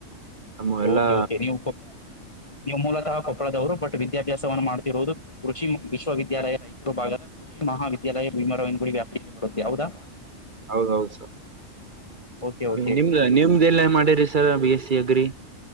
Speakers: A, on the right; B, on the left.
A: ನಮ್ಮೂ ಎಲ್ಲಾ
B: ಓಕೆ ಓಕೆ ನೀವು ಕೊ ನೀವು ಮೂಲತಃ ಕೊಪ್ಪಳದವರು ಬಟ್ ವಿದ್ಯಾಭ್ಯಾಸವನ್ನು ಮಾಡ್ತಿರುದು ಕೃಷಿ ವಿಶ್ವವಿದ್ಯಾಲಯ ರಾಯಚೂರು ಭಾಗದ ಕೃಷಿ ಮಹಾವಿದ್ಯಾಲಯ ಭೀಮರಾಯಣಡಿ ವ್ಯಾಪ್ತಿಯಲ್ಲಿ ಬರುತ್ತೆ ಹೌದಾ.
A: ಹೌದೌದ ಸ
B: ಓಕೆ ಓಕೆ
A: ನಿಮ್ದ ನಿಮ್ದ ಎಲ್ಲ ಮಾಡಿರೀ sir B S C agri.